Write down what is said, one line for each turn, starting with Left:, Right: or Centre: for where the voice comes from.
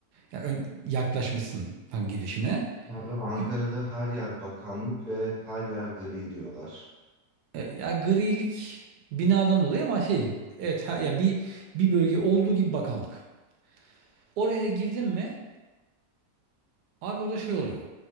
Right: Ya ön, yaklaşmışsın tam girişine.
Centre: Abi Ankara'da
Right: Bir
Centre: her yer bakanlık ve her yer gri diyorlar.
Right: E, Ya grilik binadan dolayı ama şey evet ha- ya bir bir bölge olduğu gibi bakanlık. Oraya girdin mi abi orada şey oluyor.